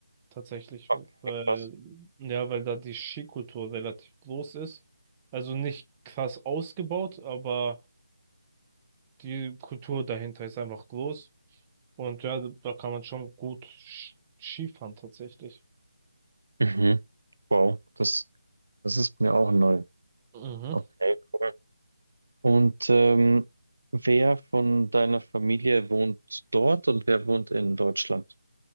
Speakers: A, on the right; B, on the right.
A: tatsächlich,
B: Okay,
A: weil,
B: krass.
A: ja, weil da die Skikultur relativ groß ist. Also nicht krass ausgebaut, aber die Kultur dahinter ist einfach groß. Und ja, da kann man schon gut Sch- Skifahren tatsächlich.
B: Mhm. Wow, das, das ist mir auch neu.
A: Mhm.
B: Okay, cool. Und ähm, wer von deiner Familie wohnt dort und wer wohnt in Deutschland?